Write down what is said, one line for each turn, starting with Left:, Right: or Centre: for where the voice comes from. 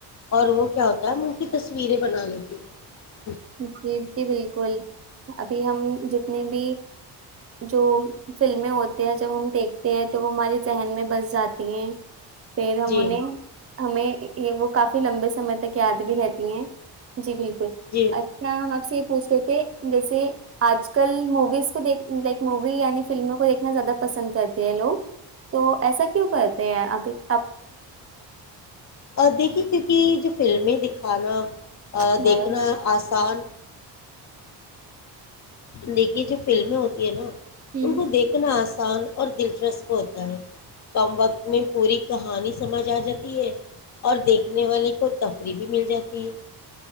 Left: اور وہ کیا ہوتا ہے ہم ان کی تصویریں بنا لیتی ہیں
Right: جی جی بالکل ابھی ہم جتنی بھی جو فلمیں ہوتی ہیں جب ہم دیکھتے ہیں تو وہ ہمارے ذہن میں بس جاتی ہیں پیر
Left: جی
Right: منے ہمیں یہ وہ کافی لمبے سمے تک یاد بھی رہتی ہیں جی بالکل
Left: جی
Right: اچھا ہم آپ سے یہ پوچھ رہتے تھے جیسے آج کل موویز کو دیکھ لائک مووی یعنی فلموں کو دیکھنا زیادہ پسند کرتے ہیں لوگ تو ایسا کیوں کرتے ہیں آپ ایک
Left: اور دیکھیے کیونکہ ج فلمیں دکھ کھانا
Right: ہوں
Left: دیکھنا
Right: اور
Left: آسان دیکھیے جو فلمیں ہوتی ہے نا
Right: ہوں
Left: ان کو دیکھنا آس آسان اور دلچسپ ہوتا ہے کم وقت میں پوری کہانی سمجھ آ جاتی ہے اور دیکھنے والے کو تفریح بھی مل جاتی ہے